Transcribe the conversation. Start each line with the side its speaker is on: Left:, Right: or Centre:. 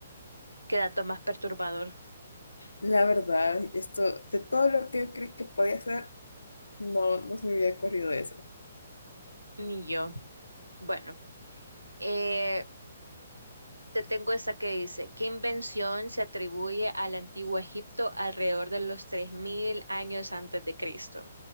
Right: qué dato más perturbador.
Left: La verdad, esto, de todo lo que yo creí que podía hacer, no, no se me había ocurrido eso.
Right: Ni yo. Bueno, eh, Te tengo esta que dice, ¿qué invención se atribuye al antiguo Egipto alrededor de los 3.000 años antes de Cristo?